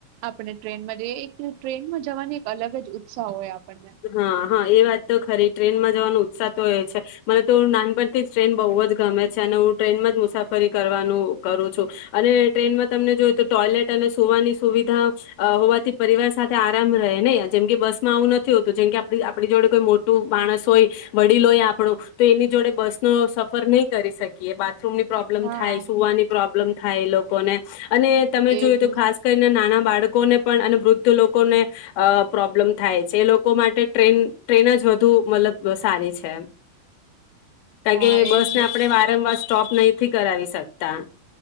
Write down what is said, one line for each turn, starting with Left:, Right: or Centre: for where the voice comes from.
Right: આપણે ટ્રેનમાં જઈએ એક દિવસ ટ્રેનમાં જવાની એક અલગ જ ઉત્સાહ હોય. આપણને
Left: હા-હા એ વાત તો ખરી ટ્રેનમાં જવાનો ઉત્સાહ તો એ છે મને તો નાનપણથી જ ટ્રેન બહુ જ ગમે છે અને હું ટ્રેનમાં જ મુસાફરી કરવાનું કરું છું અને ટ્રેનમાં તમને જોઈ તો ટોયલેટ અને સુવાની સુવિધા અહ હોવાથી પરિવાર સાથે આરામ રહે ને જેમ કે બસ માં આવું ન થયું જેમ કે આપ આપણી જોડે કોઈ મોટું માણસ હોય વડીલ હોય આપણો તો એની જોડે બસ નો સફર નહીં કરી શકીએ. બા થરૂમની પ્રોબ્લેમ
Right: હા
Left: થાય સુવાની પ્રોબ્મ પ્રોબ્લમ થાય એ લો કો ને અને તમે
Right: એજ
Left: જોયું તો
Right: ને
Left: ખાસ કરીને નાના બાળકોને પણ અને વૃદ્ધ લોકોને અહ પ્રોબ્લેમ થાય છે. એ લોક લોકો માટે ટ્રેન-ટ્રેન જ વધુ મલબ સારી છે એમ. કારણ
Right: હા
Left: કે બસ
Right: એજ
Left: ને આપણે વારંવાર સ્ટોપ નહીંથી કરાવી શકતા